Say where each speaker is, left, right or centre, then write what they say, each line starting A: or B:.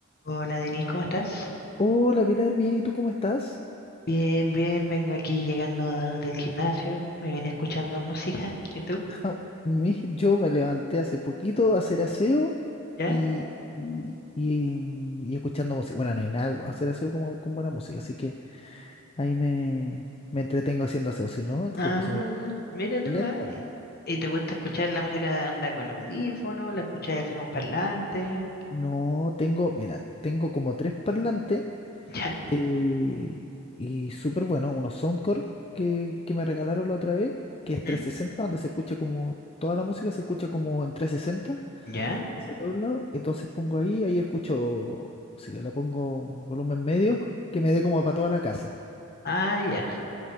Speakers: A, on the left; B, on the left.
A: Hola Denise, ¿cómo estás?
B: Hola Pilar, bien, ¿y tú cómo estás?
A: Bien, bien, vengo aquí llegando del gimnasio, me viene escuchando música. ¿Y tú?
B: <laughs> Mi- Yo me levanté hace poquito a hacer aseo
A: ¿Ya?
B: y, y, y- y escuchando música. Bueno, no hay nada, hacer aseo como, con buena música, así que ahí me, me entretengo haciendo aseo, si no, el tiempo
A: Ah,
B: se me pasa
A: mira tú,
B: lentamente.
A: ah, ¿y te gusta escuchar la música de onda con audífono? ¿La escuchas así con parlante?
B: No tengo, mira, tengo como tres parlantes
A: ¿Ya?
B: eh, y súper bueno, unos Soundcore que, que me regalaron la otra vez, que es 360,
A: ¿Mm?
B: donde se escucha como, toda la música se escucha como en 360.
A: ¿Ya?
B: hacia todos lados. Entonces pongo ahí, ahí escucho música, la pongo en volumen medio, que me dé como para toda la casa,
A: Ah, ya, <laughs>